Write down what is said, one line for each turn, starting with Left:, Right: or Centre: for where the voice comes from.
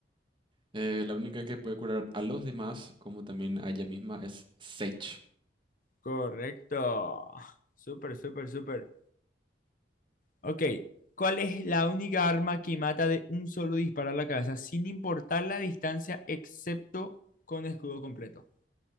Right: Eh, la única que puede curar a los demás, como también a ella misma, es Sage.
Left: Correcto. Súper, súper, súper. Ok. ¿Cuál es la única arma que mata de un solo disparo a la cabeza sin importar la distancia excepto con escudo completo?